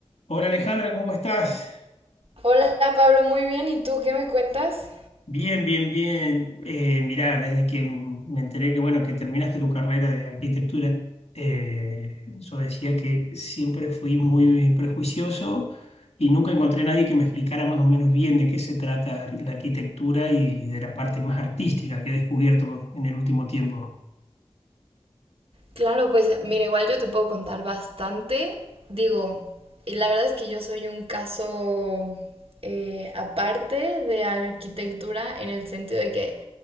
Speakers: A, on the left; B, on the right.
A: Hola Alejandra, ¿cómo estás?
B: Hola Pablo, muy bien. ¿Y tú qué me cuentas?
A: Bien, bien, bien. Eh, mirá, desde que me enteré que bueno, que terminaste tu carrera de arquitectura, eh, yo decía que siempre fui muy prejuicioso y nunca encontré nadie que me explicara más o menos bien de qué se trata la arquitectura y de la parte más artística que he descubierto en el último tiempo.
B: Claro, pues mira, igual yo te puedo contar bastante. Digo, y la verdad es que yo soy un caso eh, aparte de arquitectura en el sentido de que